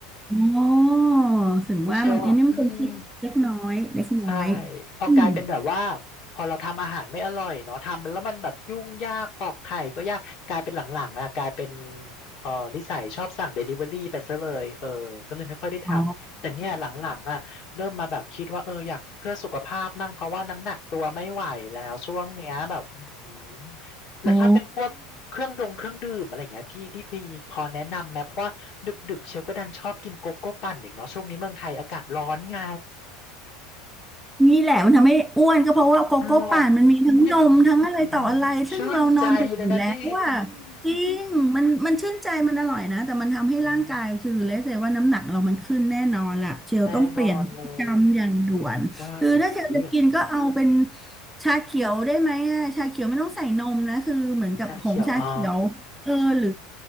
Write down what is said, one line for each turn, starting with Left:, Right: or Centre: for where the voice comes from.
Centre: อ๋อถึงว่ามันอันนี้มันเป็นเล็กเล็กน้อยเล็กน้อย
Left: คือเชลอ่ะอืม ใช่พอกลายเป็นแบบว่า
Centre: อืม
Left: พอเราทำอาหารไม่อร่อยเนาะทำแล้วมันแบบยุ่งยากปอกไข่ก็ยากกลายเป็นหลังๆอ่ะกลายเป็นเออนิสัยชอบสั่งเดลิเวอรี่ไปซะเลยเออก็เลยไม่ค่อยได้ทำแต่เนี่ยหลังๆอ่ะเริ่มมาแบบคิดว่าเอออยากเพื่อสุขภาพมั่งเพราะว่าน้ำหนักตัวไม่ไหวแล้วช่วงเนี้ยแบบอือหือ
Centre: อ๋อ
Left: แล้วถ้าเป็นพวกเครื่องดงเครื่องดื่มอะไรอย่างเงี้ยพี่พี่พีพอแนะนำไหมเพราะว่าดึกๆเชลก็ดันชอบกินโกโก้ปั่นอีกเนาะช่วงนี้เมืองไทยอากาศร้อนไง
Centre: โอ้ นี่แหละมันทำให้อ้วนก็เพราะว่าโกโก้ป่านมันมีทั้งนมทั้งอะไรต่ออะไรซึ่งเรานอนดึกอยู่แล้วว่า
Left: หรออุ๊ยอืมชื่นใจเลยนะพี่อืม
Centre: จริงมันมันชื่นใจมันอร่อยนะแต่มันทำให้ร่างกายคือเลเซว่าน้ำหนักเรามันขึ้นแน่นอนล่ะเชลต้องเปลี่ยนพฤติกรรมอย่างด่วนคือถ้าเชลจะกินก็เอาเป็น
Left: อืมแน่นอนเลย ใช่โอ้ย
Centre: ชาเขียวได้ไหมอะชาเขียวไม่ต้องใส่นมนะคือเหมือนกับผงชาเขียวเออหรือ
Left: ชาเขียวอ๋อ